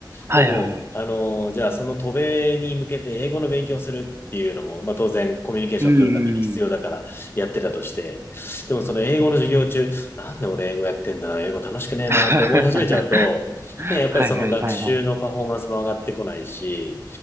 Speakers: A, on the right; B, on the left.
A: はいはいはい。
B: でも、あの、じゃあその渡米に向けて英語の勉強をするっていうのも、まあ当然コミュニケーションを取るために必要だからやってたとして、
A: うーんうん。
B: でもその英語の授業中、なんで俺英語やってんだな、英語楽しくねえなと思い始めちゃうと、
A: <laughs>
B: ね、やっぱりその学習のパフォーマンスも上がってこないし、
A: はいはいはいはい。